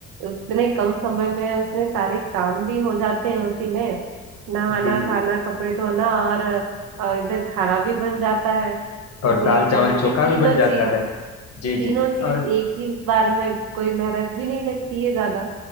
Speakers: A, on the right; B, on the left.
A: उतने कम समय में उसमें सारे काम भी हो जाते हैं उसी में नहाना
B: जी जी
A: खाना कपड़े धोना और और इधर खाना भी बन जाता है
B: और
A: इतने
B: दाल
A: और
B: चावल
A: वो
B: चोखा
A: भी तीनों
B: भी बन जाता
A: चीज
B: है जी जी
A: तीनों चीज
B: और
A: एक ही बार में कोई मेहनत भी नहीं लगती है ज्यादा